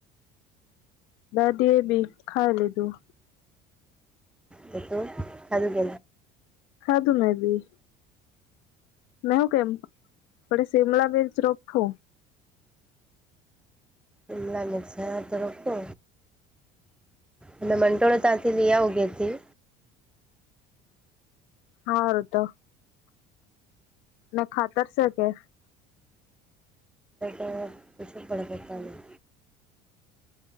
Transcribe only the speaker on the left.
દાદી એ બી ખાઈ લીધું.
ખાદુ મેં ભી- મેં કેમ થોડી શિમલા મિર્ચી રખો
હારું તો ને ખાતર છે કે